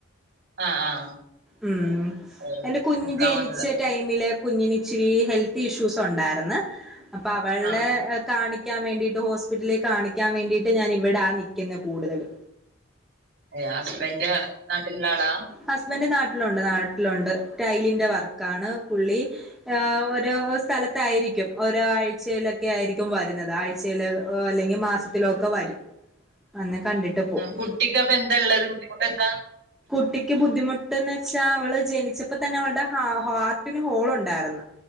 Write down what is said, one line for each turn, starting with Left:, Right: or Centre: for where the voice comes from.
Right: ആഹ് ആഹ്
Centre: ഉം
Right: ഓഹ്
Centre: അയിന് കുഞ്ഞ്
Right: നിക്കാൻ
Centre: ജനിച്ച
Right: വന്നതാ
Centre: ടൈമില് കുഞ്ഞിന് ഇച്ചിരി ഹെൽത്ത് ഇഷ്യൂസ് ഉണ്ടാര്ന്ന് അപ്പൊ അവള്ടെ
Right: ആഹ്
Centre: കാണി ക്കാൻ വേണ്ടീട്ട് ഹോസ്പിറ്റലി കാണിക്കാൻ വേണ്ടീട്ട് ഞാൻ ഇവടാ നിക്ക്ന്നെ കൂട്തല്
Right: ഏഹ് ഹസ്ബൻഡ് നാട്ടില്ള്ള ആളാ
Centre: ഹസ്ബൻഡ് നാട്ട്ലുണ്ട് നാട്ട്ലുണ്ട് ടൈലിന്റെ വർക്കാണ് പുള്ളി ഓരോ സ്ഥലത്തായിരിക്കും ഓരോ ആഴ്ചയിലൊക്ക ആയിരിക്കും വര്ന്നത് ആഹ് ചില അല്ലെങ്കി മാസത്തിലൊക്ക വരും അന്ന് കണ്ടിട്ട് പോവും
Right: കുട്ടിക്ക് അപ്പ എന്ത ഇള്ളത് ബുദ്ധിമുട്ടെന്ത
Centre: കുട്ടിക്ക് ബുദ്ധിമുട്ട്ന്ന് വെച്ചാ അവള് ജനിച്ചപ്പൊ തന്നെ അവള്ടെ ഹാ ഹാർട്ടിന് ഹോൾ ഉണ്ടാര്ന്ന്